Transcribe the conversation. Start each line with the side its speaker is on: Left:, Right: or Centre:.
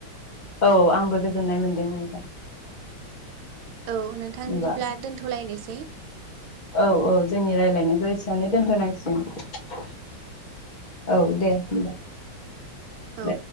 Left: औ आंबो गोजोननाय मोनदों नोंथां।
Right: औ नोंथां
Left: होमबा
Right: बिदिब्ला दोनथ'लायनोसै।
Left: औ औ जोंनि रायलायनायखौ एसेयावनो दोनथ'नांसिगोन। औ दे होमबा।
Right: औ
Left: दे